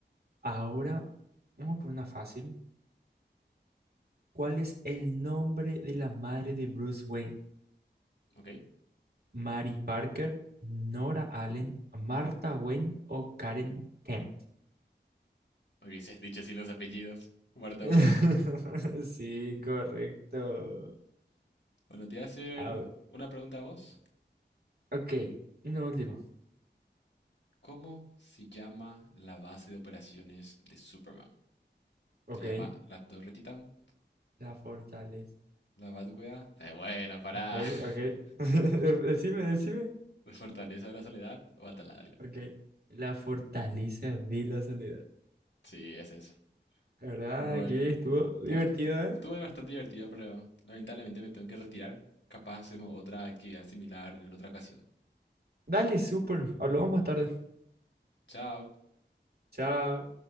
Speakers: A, on the right; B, on the left.
A: Ahora, vamos por una fácil. ¿Cuál es el nombre de la madre de Bruce Wayne?
B: Ok,
A: ¿Mary Parker, Nora Allen, Martha Wayne o Karen Kent?
B: hubieses dicho así los apellidos. Martha
A: <laughs>
B: Wayne.
A: Sí, correcto.
B: Bueno, te voy a hacer
A: A ver,
B: una pregunta a vos.
A: ok, una última.
B: ¿Cómo se llama la base de operaciones de Superman?
A: Ok,
B: ¿Se llama la Torre Titán?
A: la fortaleza.
B: ¿La Batucueva? Eh, bueno, pará.
A: Ok,
B: <laughs>
A: ok. <laughs> Decime, decime.
B: Fortaleza de la Soledad o Atalaya.
A: Ok. La fortaleza de la soledad.
B: Sí, es eso.
A: La verdad
B: Bueno,
A: que estuvo divertido,
B: la-
A: ¿eh?
B: estuvo bastante divertido, pero lamentablemente me tengo que retirar. Capaz hacemos otra actividad similar en otra ocasión.
A: Dale, súper. Hablamos más tarde.
B: Chao.
A: Chao.